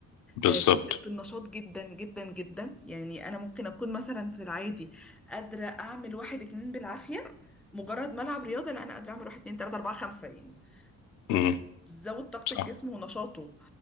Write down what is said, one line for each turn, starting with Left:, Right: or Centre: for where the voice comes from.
Left: بالظبط
Centre: آه بتفرق في النشاط جدا جدا جدا يعني انا ممكن اكون مثلا في العادي قادره اعمل واحد اتنين بالعافيه مجرد ما العب رياضه لا انا قادره اعمل واحد اتنين تلاته اربعه خمسه يعني بتزود
Left: امم
Centre: طاقة
Left: صح
Centre: الجسم ونشاطه